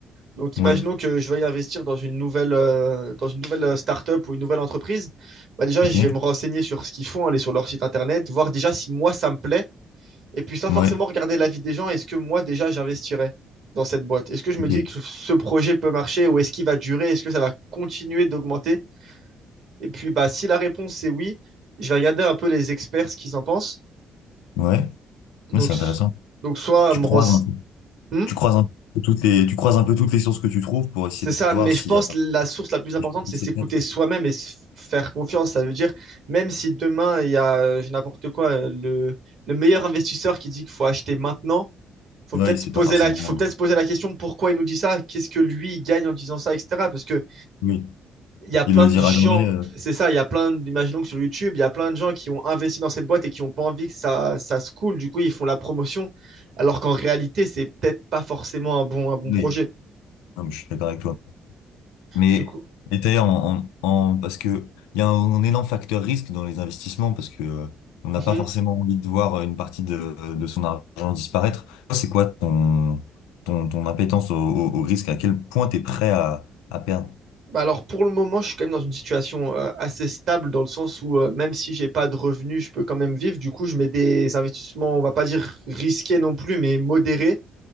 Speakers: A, on the right; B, on the left.
A: Donc,
B: Ouais,
A: imaginons que je veuille investir dans une nouvelle, euh, dans une nouvelle euh, startup ou une nouvelle entreprise. Bah déjà,
B: ok.
A: je vais me renseigner sur ce qu'ils font, aller sur leur site internet, voir déjà si moi ça me plaît Et puis, sans
B: Ouais,
A: forcément regarder l'avis des gens, est-ce que moi, déjà, j'investirais dans cette boîte? Est-ce que je
B: ok.
A: me dis que ce projet peut marcher ou est-ce qu'il va durer? Est-ce que ça va continuer d'augmenter? Et puis, bah, si la réponse c'est oui, je vais regarder un peu les experts ce qu'ils en pensent.
B: Ouais,
A: Donc,
B: Ouais, c'est intéressant.
A: donc soit
B: Tu
A: me
B: croises
A: rense-
B: un peu.
A: Hmm
B: Tu croises un peu toutes les, tu croises un peu toutes les sources que tu trouves pour essayer
A: c'est
B: de
A: ça,
B: voir
A: mais
B: s'il
A: je pense
B: y a
A: que
B: un
A: la source la plus importante,
B: truc qui
A: c'est
B: se
A: s'écouter
B: répète.
A: soi-même et se faire confiance. Ça veut dire, même si demain, il y a, euh, n'importe quoi, euh, le, le meilleur investisseur qui dit qu'il faut acheter maintenant, faut
B: Oui,
A: peut-être
B: c'est
A: se poser
B: pas forcément.
A: la, faut peut-être se poser la question pourquoi il nous dit ça, qu'est-ce que lui il gagne en disant ça, etc. Parce que
B: Oui,
A: il y a plein
B: il le
A: de
B: dira
A: gens,
B: jamais. euh,
A: c'est ça, il y a plein, imaginons que sur YouTube, il y a plein de gens qui ont investi dans cette boîte et qui n'ont pas envie que ça, ça se coule. Du coup, ils font la promotion, alors qu'en réalité, c'est peut-être pas forcément un bon, un bon
B: Oui,
A: projet.
B: non, mais je suis d'accord avec toi. Mais
A: Du coup,
B: et d'ailleurs, en, en- en- parce que il y a un, énorme facteur risque dans les investissements parce que euh, on n'a
A: mhm.
B: pas forcément envie de voir une partie de, de son argent disparaître. Toi, C'est quoi ton, ton, ton appétence au, au- au risque? À quel point tu es prêt à, à perdre?
A: Bah alors pour le moment, je suis quand même dans une situation euh, assez stable dans le sens où euh, même si j'ai pas de revenus, je peux quand même vivre. Du coup, je mets des investissements, on va pas dire risqués non plus, mais modérés.